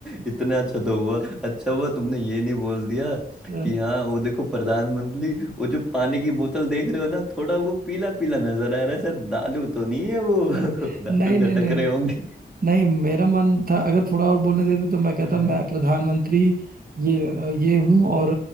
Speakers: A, in the centre; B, on the right (about 55°).
A: इतना अच्छा तो हुआ अच्छा हुआ तुमने ये नहीं बोल दिया
B: अ, अ,
A: कि हाँ वो देखो प्रधानमंत्री वो जो पानी की बोतल देख रहे हो ना थोड़ा वो पीला पीला नजर आ रहा है शायद दारू तो नहीं है वो
B: <laughs>
A: <laughs>
B: नहीं
A: दारू खटक
B: नहीं नहीं
A: रहे होंगे
B: नहीं मेरा मन था अगर थोड़ा और बोलने देते तो मैं कहता
A: हाँ,
B: मैं प्रधानमंत्री ये ये हूँ और